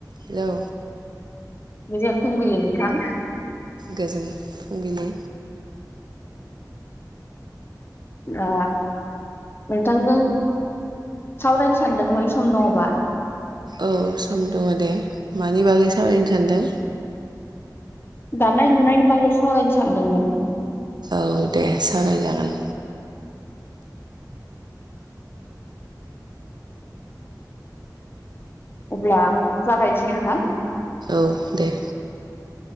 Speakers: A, on the right; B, on the left.
A: Hello?
B: गोजोन फुंबिलि नोंथां।
A: गोजोन फुंबिलि।
B: आ नोंथांजों सावरायनो सानदोंमोन सम दङबा?
A: औ सम दङ दे। मानि बागै सावरायनो सानदों?
B: दानाय लुनायनि बागै सावरायनो सानदोंमोन।
A: औ दे साबरायजागोन।
B: अब्ला जागायनोसै नोंथां।
A: औ दे।